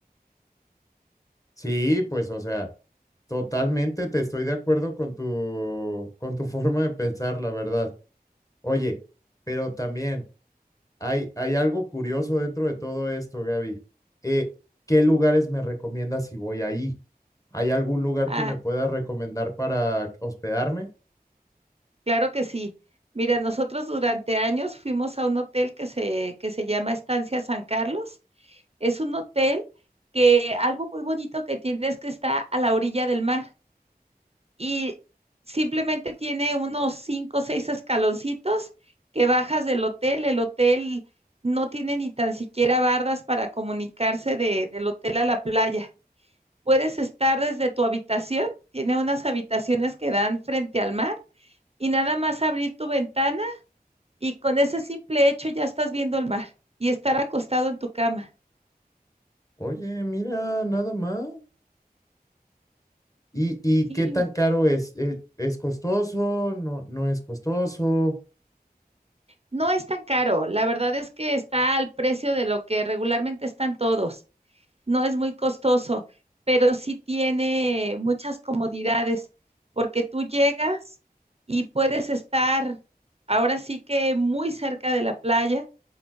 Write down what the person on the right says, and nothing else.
Ah,
claro que sí. Mira, nosotros durante años fuimos a un hotel que se, que se llama Estancia San Carlos. Es un hotel que algo muy bonito que tiene es que está a la orilla del mar. y simplemente tiene unos cinco o seis escaloncitos que bajas del hotel. El hotel no tiene ni tan siquiera bardas para comunicarse de, del hotel a la playa. Puedes estar desde tu habitación, tiene unas habitaciones que dan frente al mar y nada más abrir tu ventana y con ese simple hecho ya estás viendo el mar y estar acostado en tu cama.
Sí,
no es tan caro, la verdad es que está al precio de lo que regularmente están todos. no es muy costoso, pero sí tiene muchas comodidades, porque tú llegas y puedes estar ahora sí que muy cerca de la playa